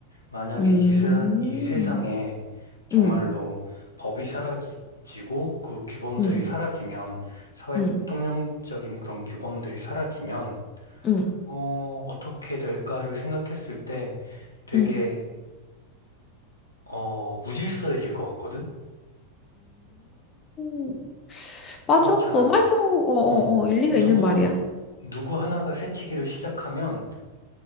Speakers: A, on the left (about 80°); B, on the left (about 25°).
A: 만약에
B: 응
A: 이, 세, 이 세상에 정말로
B: 응
A: 법이 사라지고 그 규범들이
B: 응응 응, 응,
A: 사라지면, 사회
B: 응,
A: 통념적인 그런 규범들이 사라지면,
B: 응. 음.
A: 어, 어떻게 될까를 생각했을 때 되게,
B: 응 응 응 응 응
A: 어, 무질서해질 것 같거든?
B: 음. 맞아.
A: 그렇잖아.
B: 너 말도 어, 어,
A: 어,
B: 어, 일리가
A: 누구,
B: 있는 말이야.
A: 누구 하나가 새치기를 시작하면,